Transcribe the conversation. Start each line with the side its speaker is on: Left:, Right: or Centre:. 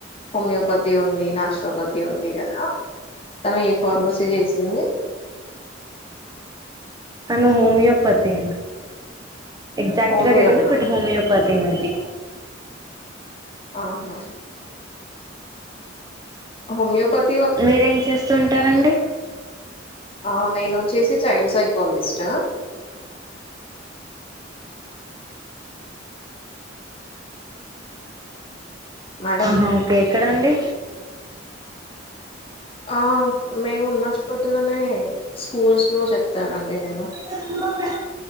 Left: హోమియోపతి ఉంది నాచ్రోపతి ఉంది గదా తను ఏ ఫార్మసీ జేసింది
Right: తను హోమియోపతి ఎగ్జాక్ట్గ
Left: హోమియోనా
Right: తెలిదు బట్ హోమియోపతి తినది
Left: ఆహా హోమియోపత్
Right: మీరేం చేస్తూంటారండి
Left: ఆ నేను ఒచ్చేసి చైల్డ్ సైకాలజిస్ట్ మాడం
Right: ఆహా ఓకే ఎక్కడండి
Left: ఆ మేమున్న చోటులనే స్కూల్స్ లో చెప్తానండి నేను
Right: అ